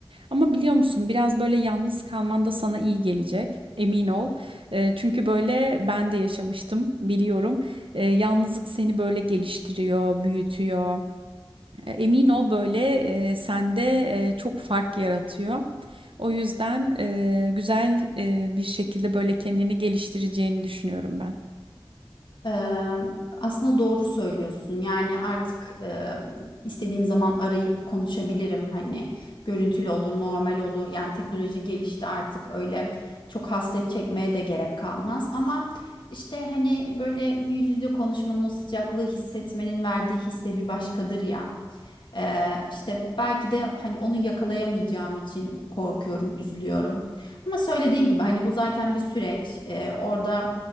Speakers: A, on the right (about 80°); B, on the left (about 65°).
A: Ama biliyor musun biraz böyle yalnız kalman da sana iyi gelecek emin ol. E, çünkü böyle ben de yaşamıştım biliyorum. E, yalnızlık seni böyle geliştiriyor, büyütüyor. E, emin ol böyle e, sende e, çok fark yaratıyor. O yüzden e, güzel e, bir şekilde böyle kendini geliştireceğini düşünüyorum ben.
B: Eee, aslında doğru söylüyorsun. Yani artık eee, istediğim zaman arayıp konuşabilirim. Hani görüntülü olur, normal olur. Yani teknoloji gelişti artık öyle çok hasret çekmeye de gerek kalmaz. Ama işte hani böyle yüz yüze konuşmanın o sıcaklığı hissetmenin verdiği his de bir başkadır ya. Ee, işte belki de hani onu yakalayamayacağım için korkuyorum, üzülüyorum. Ama söylediğin gibi hani bu zaten bir süreç. Ee, orada